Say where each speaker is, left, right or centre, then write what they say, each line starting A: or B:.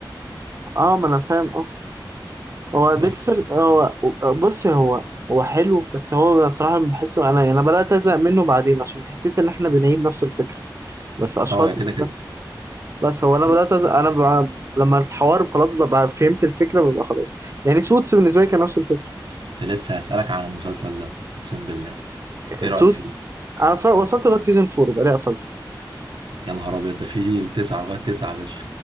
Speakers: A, on the right (about 35°); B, on the right (about 80°).
A: آه ما انا فاهم اه هو ديكسل
B: بس
A: هو بص هو هو حلو بس هو بصراحة بحسه أنا أنا بدأت أزهق منه بعدين عشان حسيت إن إحنا بنعيد نفس الفكرة بس أشخاص
B: اه يا كده
A: مختلفة
B: كده
A: بس هو أنا
B: كده
A: بدأت أزهق أنا بقى لما الحوار خلاص ببقى فهمت الفكرة ببقى خلاص يعني سوتس بالنسبة لي كان نفس الفكرة
B: كنت لسه هسألك عن المسلسل ده اقسم بالله ايه
A: سوتس
B: رأيك فيه
A: أنا اتفرج وصلت لغاية سيزون فور وبعدين قفلت
B: يا نهار ابيض ده فيه تسعة لغاية تسعة يا باشا